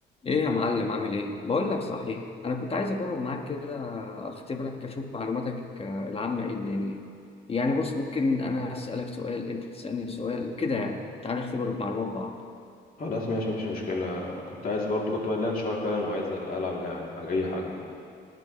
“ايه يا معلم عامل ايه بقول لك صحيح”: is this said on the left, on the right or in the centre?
Left